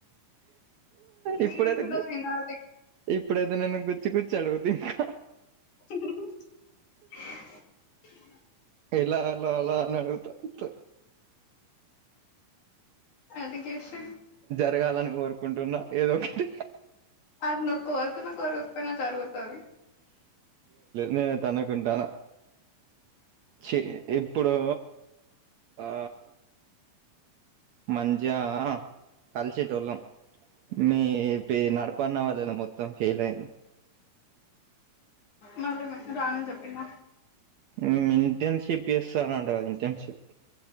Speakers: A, on the left (about 60°); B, on the right (about 70°).
A: మీర్
B: ఇప్పుడైతే
A: ఉండుది
B: గు
A: నాది
B: ఇప్పుడైతే నేను గుచ్చి గుచ్చి అడుగుతా ఇంకా
A: చె
B: ఇలా అలా అలా నడుగుతుంత
A: అడికేష
B: జరగాలని కోరుకుంటున్నా ఏదో ఒకటి
A: అది నువ్వు కోరుకున్నా కోరుకోకపోయినా జరుగుతాంది
B: నేన తనుుకుంటాన చ ఇప్పుడు ఆ మంచిగా కలిసిటులం మీ నడపన్న వాళ్ళ మొత్తం ఫెయిల్ అయింది
A: మమ్మీ మిస్ రానని చెప్పిందా
B: ఉ ఇంటేన్షిప్ చేసాడంటగా ఇంటేన్షిప్